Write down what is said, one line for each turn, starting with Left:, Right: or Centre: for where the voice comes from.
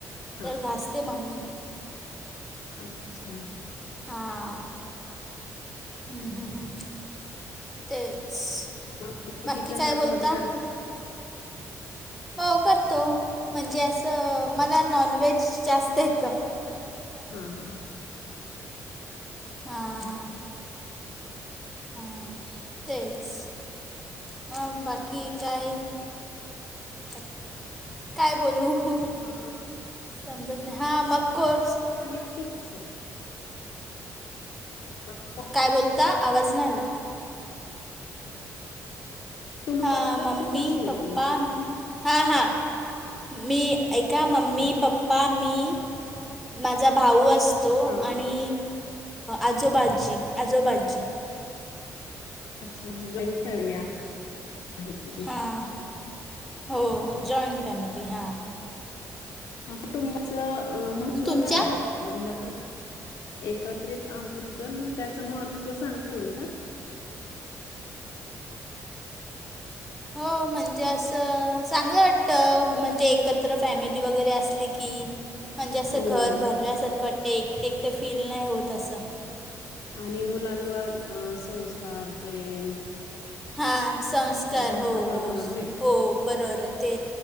Left: हा
Centre: तर घासते मम्मी.
Left: अच्छा.
Centre: हां हम्म हम्म हम्म तेच.
Left: मग तुम्ही
Centre: बाकी
Left: किचन
Centre: काय
Left: मध्ये
Centre: बोलता?
Left: मदत करता
Centre: हो करतो म्हणजे असं मला नॉनव्हेज जास्त येतं.
Left: हा हा हा.
Centre: हा हा ह तेच मग बाकी काय? काय बोलू? हो
Left: मग
Centre: समजत नाही हां मग कोर्स
Left: आहेत की कसं आहे? हां.
Centre: काय बोलता आवाज नाही आला.
Left: कुटुंब
Centre: हा
Left: पद्धती
Centre: मम्मी,
Left: कशी आहे
Centre: पप्पा
Left: तुमची
Centre: हा हा मी ऐका मम्मी पप्पा मी माझा भाऊ असतो
Left: हा
Centre: आणि आजोबा-आज्जी, आजोबा-आज्जी
Left: अच्छा म्हणजे जॉईंट फॅमिली या आहे. तुमची
Centre: हां हो जॉईंट फॅमिली हां.
Left: ह कुटुंबाचं महत्त्व
Centre: तुमच्या
Left: काय वाट ल? म्हणजे आपण एकत्रित आहोत तर मग त्याचं महत्त्व सांगता येईल का?
Centre: हो म्हणजे असं चांगलं वाटतं म्हणजे एकत्र फॅमिली वगैरे असली की. म्हणजे असं
Left: हो
Centre: घर भरल्यासारखं वाटतं एकटं एकटं फील नाही होत असं.
Left: आणि मुलांवर अ संस्कार, प्रेम
Centre: हा संस्कार
Left: जास्त
Centre: हो
Left: प्रमाणात
Centre: हो हो बरोबर ते